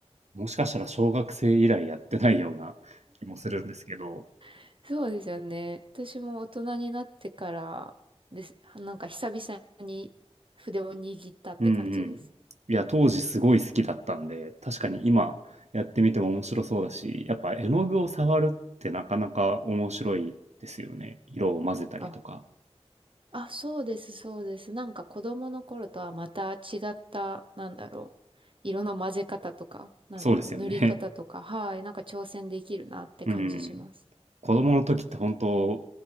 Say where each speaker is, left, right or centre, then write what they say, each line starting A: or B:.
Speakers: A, on the right; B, on the right.
A: もしかしたら小学生以来やってないような気もするんですけど、
B: <laughs> そうですよね。私も大人になってからです。なんか久々に筆を握ったって感じです。
A: うんうん。いや、当時すごい好きだったんで、確かに今やってみても面白そうだし、やっぱ絵の具を触るってなかなか面白いですよね。色を混ぜたりとか。
B: あ、あ、そうです、そうです。なんか子供の頃とはまた違った、なんだろう。色の混ぜ方とか、なんだろう。
A: そうですよね。
B: 塗り方とか、はい。なんか挑戦できるなって感じします。
A: <laughs> うん。子供の時って本当、